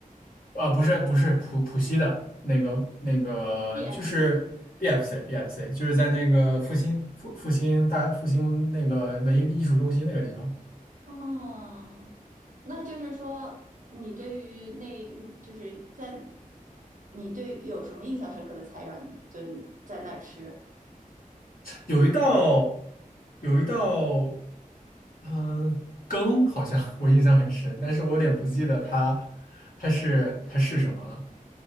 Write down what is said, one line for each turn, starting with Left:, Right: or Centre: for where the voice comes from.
Left: 呃，不是不是浦浦西的那个那个就是
Right: b f c
Left: BFC BFC 就是在那个复兴复复兴大复兴那个文艺艺术中心那个地方，
Right: 哦，那就是说，你对于那，就是在你对有什么印象深刻的菜让你就在那儿吃
Left: 有一道有一道。嗯，羹好像 <laughs> 我印象很深，但是我有点不记得它，它是它是什么了。